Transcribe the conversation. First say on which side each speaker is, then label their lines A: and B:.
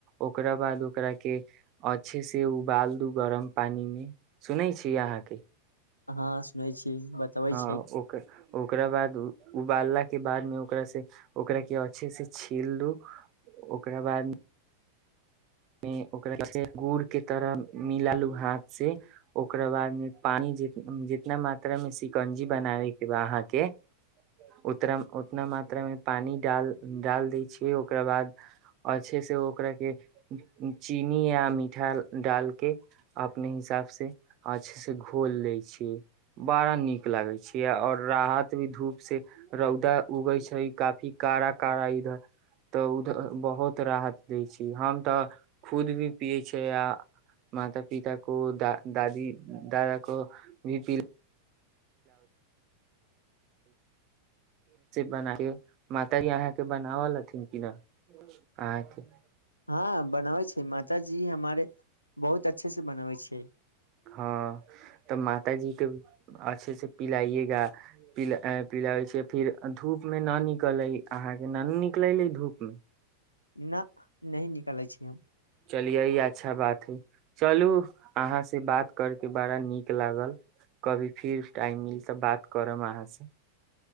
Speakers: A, on the right; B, on the left.
A: ओकरा बाद ओकरा के अच्छे से उबाल दू गरम पानी मे सुनै छीय अहाँके
B: हँ सुनै छी जी बतबै
A: हँ
B: छै
A: ओकर ओकरा बाद उ बालला के बाद में ओकरा से ओकरा के अछे से छील लू ओकरा बाद गुड़ के तरह मिल लू हाथ से ओकरा बाद मे पानी जितना मात्रा मे शिकंजी बनाबे के बा अहाँके उ उतना मात्रा मे पानी ड डाल दै छियै ओकरा बाद अच्छे से ओकरा के चीनी या मिठाल डालके अपने ह हिसाब से अच्छे से घोल ले छीियै बड़ा नीक लागे छै ओर राहत भी धूप से रौदा उगै छै काफी कड़ा कारा इधर तऽ उधर बहुत राहत देै छै हम तऽ खुद भी पियै छै आ माता पिता को द दादी दादा को भी पी बना माताजी अहाँके बनावल हथिन कि न अहाँके
B: हँ बनाबै छै माताजी हमारे बहुत अच्छे से बनाबै छैै
A: हँ तऽ मातााजीे अच्छे से पिलाइएगा प पिलाबै छियै फिर धूप मे न निकललै अहाँके नहि निकलले धूपमे
B: न न निकलै छी हम
A: चलि यही अच्छा बात हइ चलू अहाँसँ बात करके बड़ा नीक लागल कभी फिर टाइम मिल तऽ बात करब अहाँसँ